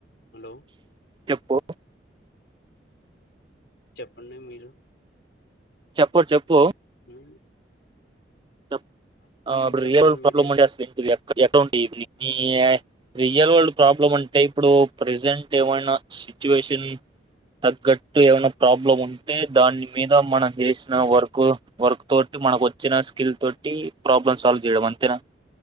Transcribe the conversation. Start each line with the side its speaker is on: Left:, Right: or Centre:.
Left: హలో
Right: చెప్పు
Left: చెప్పండి మీరు
Right: చెప్పు చెప్పు
Left: హ్
Right: చెప్ ఆ ఇప్పుడు
Left: చెప్పండి
Right: రియల్
Left: మీరే
Right: ప్రాబ్లమ్ంటె అస్సలు ఏంటిది అప్ ఎక్కడూంటె ఈవి <unintelligible> రియల్ వరల్డ్ ప్రాబ్లం అంటే ఇప్పుడు ప్రజెంట్ ఏమైనా సిచ్యువేషన్ తగ్గట్టు ఏమైనా ప్రాబ్లం ఉంటే దాని మీద మనం చేసిన వర్క్ వర్క్ తోటి మనకు వచ్చిన స్కిల్ తోటి ప్రాబ్లమ్ సాల్వ్ చేయడం. అంతేనా